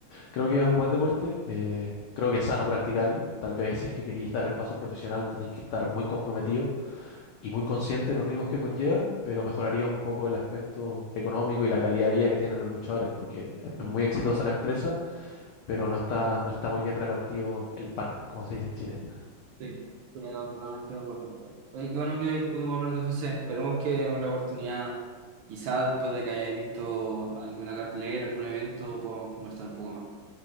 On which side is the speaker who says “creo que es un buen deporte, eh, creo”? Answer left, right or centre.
Left